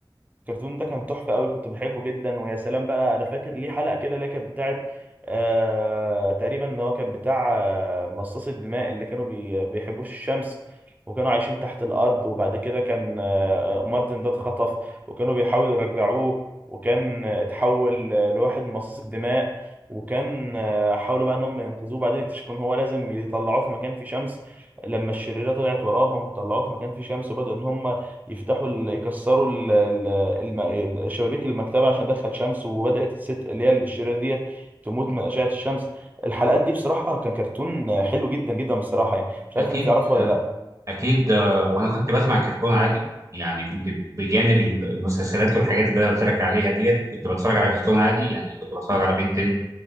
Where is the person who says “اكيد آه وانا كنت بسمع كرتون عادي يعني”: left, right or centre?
Right